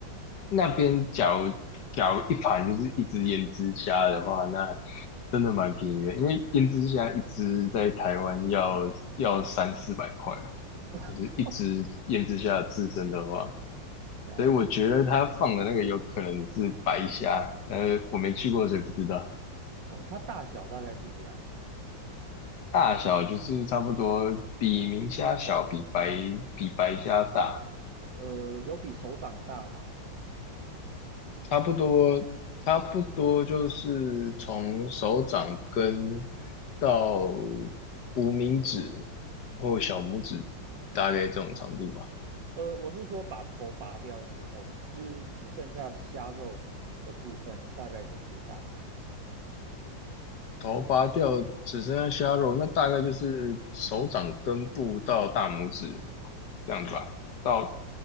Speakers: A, on the left; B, on the right.
A: 那边假如假如一盘就是一只腌制虾的话，那真的蛮便宜的，因为腌制虾一只在台湾要要三四百块。就是一直腌制下自身的话，
B: <laughs> 哦，了解。
A: 所以我觉得他放的那个有可能是白虾，呃，我没去过，所以不知道。
B: 哦，它大小大概是怎样？
A: 大小就是差不多比明虾小，比白比白虾大，
B: 呃，有比手掌大吗？
A: 差不多差不多就是从手掌根到无名指或小拇指，大概这种长度吧。
B: 呃，我是说把头拔掉之后，就是只剩下虾肉的部分，大概是多大？
A: 头拔掉只剩下虾肉，那大概就是手掌根部到大拇指这样子吧。到，